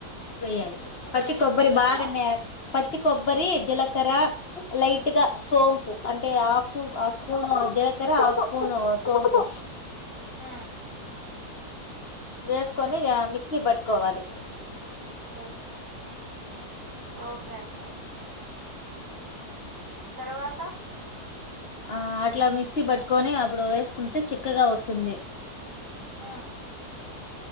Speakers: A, on the left (about 40°); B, on the right (about 40°).
A: వెయ్యాలి
B: మిక్సీలో
A: పచ్చి
B: వేసి
A: కొబ్బరి
B: వెయ్యాలా?
A: బాగానే పచ్చి కొబ్బరి జీలకర లైట్ గా సోంపు అంటే ఆఫ్ అఫ్ స్పూను జలకర ఆఫ్ స్పూన్ సోంపు
B: ఉ
A: వేస్కొని ఇగ మిక్సీ బట్ కోవాలి
B: ఆఓ ఓకే అక్క తర్వాత
A: ఆ అట్లా మిక్సీ పట్టుకొని అప్పుడు వేసుకుంటే చిక్కగా వస్తుంది
B: ఆ